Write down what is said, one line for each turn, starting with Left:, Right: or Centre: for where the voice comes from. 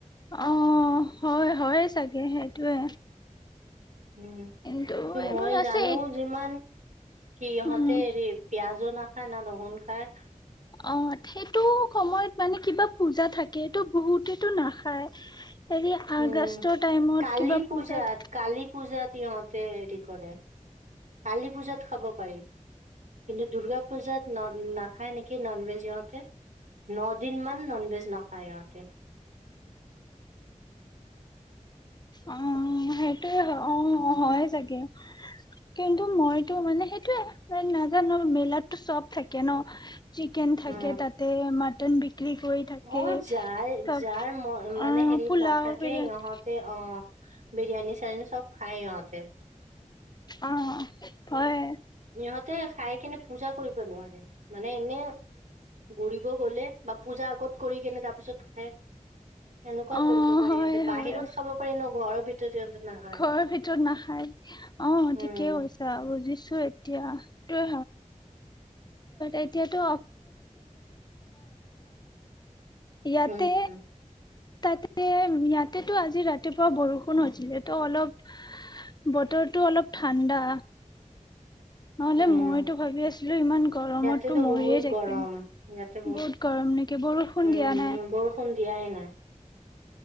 Left: অ' হয় হয় চাগে সেইটোৱে
Right: উম
Left: কিন্তু এইবোৰ
Right: মই
Left: আছে
Right: জানো
Left: এ
Right: যিমান কি ইহঁতে
Left: উম,
Right: হেৰি পিয়াজো না ৰহুন খাই।
Left: অ সেইটো সময়ত মানে কিবা পূজা থাকে। টো বহুতেতটো নাখায়। এৰি আগষ্টৰ
Right: উম
Left: টাইমত
Right: কালী
Left: কিবা পূজাত
Right: কালী পূজাত ইহঁতে হেৰি কৰে, কালী পূজাত খাব পাৰি। কিন্তু দুৰ্গা পূজাত ন-নাখা খায় নেকি নন ভেজ ইহঁতে ন দিন মান ননভেজ নাখায় ইহঁতে।
Left: অ' সেইটোয়ে হয় অ হয় চাগে কিন্তু মইতো মানে সেইটোয়ে নাজানো মেলাতো চব থাকে ন। চিকেন থাকে
Right: অ
Left: তাতে মাটন বিক্ৰী কৰি থাকে
Right: অ' যাৰ
Left: চব
Right: যাৰ ম মানে
Left: অ
Right: হেৰিত
Left: পোলাও
Right: নাথাকে
Left: বিৰিয়ানী
Right: ইিহঁতে অ বিৰিয়ানী ছিৰিয়ানী চব খায় ইহতে।
Left: অ' হয়।
Right: ইহঁতে খাই কেনে পূজা কৰিব নোৱাৰে, মানে এনে ঘূৰিব গ'লে বা পূজা আগত কৰি কেনে তাৰ পিছত খাই। এনেকুৱাও
Left: অ
Right: কৰিব পাৰি
Left: হয়
Right: ইহঁতে বাহিৰত
Left: হয়
Right: খাব পাৰি ন ঘৰত ভিতৰত সিহঁতে নাখায়।
Left: ঘৰৰ ভিতৰত নাখাই অ'
Right: উম
Left: ঠিকেই কৈছা বুজিছো। টো এতিয়া ইয়াতে
Right: উম।
Left: তাতে। তাতেতো আজি ৰাতিপুৱা বৰষুণ হৈছিলে টো অলপ বতৰটো অলপ ঠাণ্ডা। নহ'লে,
Right: উম
Left: মইতো ভাবি আছিলো ইমান গৰমততো
Right: ইয়াতেতো
Left: মৰিয়ে
Right: বহুত
Left: থাকিম
Right: গৰম ইয়াতে
Left: বহুত গৰম নেকি বৰষুণ
Right: উম
Left: দিয়া নাই?
Right: বৰষুণ দিয়াই নাই